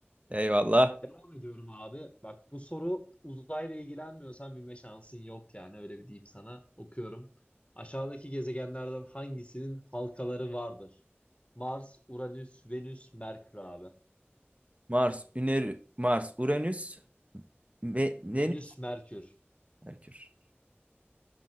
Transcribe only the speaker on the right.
Eyvallah.
Mars, Üner, Mars, Uranüs, Me Venüs,
Merkür.